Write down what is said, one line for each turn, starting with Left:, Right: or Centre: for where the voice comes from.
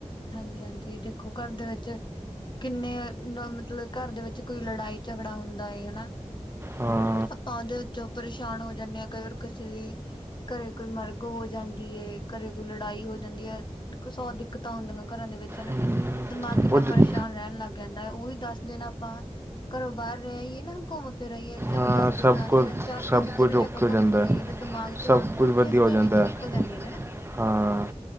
Left: ਹਾਂਜੀ-ਹਾਂਜੀ ਦੇਖੋ ਘਰ ਦੇ ਵਿੱਚ ਕਿੰਨੇ ਮਤਲਬ ਘਰ ਦੇ ਵਿੱਚ ਕੋਈ ਲੜਾਈ-ਝਗੜਾ ਹੁੰਦਾ ਏ ਹਨਾ।
Right: ਹਾਂ।
Left: ਆਪਾਂ ਉਹਦੇ ਵਿੱਚੋ ਪਰੇਸ਼ਾਨ ਹੋ ਜਾਂਦੇ ਕਈ ਵਾਰ ਕਿਸੇ ਦੀ ਘਰੇ ਕੋਈ ਮਰਗ ਹੋ ਜਾਂਦੀ ਏ। ਘਰੇ ਕੋਈ ਲੜਾਈ ਹੋ ਜਾਂਦੀ ਏ, ਕੁ ਸੌ ਦਿੱਕਤਾਂ ਹੁੰਦੀਆਂ ਘਰਾਂ ਦੇ ਵਿੱਚ ਹਨਾ।
Right: ਹਮ,
Left: ਦਿਮਾਗ ਕਿੰਨਾ
Right: ਉਹ ਜ-
Left: ਪਰੇਸ਼ਾਨ ਰਹਿਣ ਲੱਗ ਰਹਿੰਦਾ। ਉਹੀ ਦਸ ਦਿਨ ਆਪਾਂ ਘਰੋਂ ਬਾਹਰ ਰਹਿਈਏ ਨਾ ਘੁੰਮ ਫਿਰ ਆਈਏ। ਚਲੋ
Right: ਹਾਂ
Left: ਦਸ ਦਿਨ
Right: ਸਭ
Left: ਨਾ ਸੀ
Right: ਕੁਝ
Left: ਤਾਂ ਚਾਰ
Right: ਸਭ
Left: ਪੰਜ ਦਿਨ
Right: ਕੁਝ
Left: ਵੀ
Right: ਓਕੇ
Left: ਆਪਾਂ
Right: ਹੋ
Left: ਘੁੰਮ
Right: ਜਾਂਦਾ
Left: ਫਿਰ ਆਈਏ
Right: ਹੈ,
Left: ਤੇ ਦਿਮਾਗ ਚੋਂ,
Right: ਸਭ ਕੁਝ
Left: ਪੁੱਠੀਆਂ
Right: ਵਧੀਆ
Left: ਸਿੱਧੀਆਂ
Right: ਹੋ ਜਾਂਦਾ
Left: ਚੀਜ਼ਾਂ ਨਿਕਲ
Right: ਹੈ।
Left: ਜਾਂਦੀਆਂ ਨੇ ਹਨਾ।
Right: ਹਾਂ।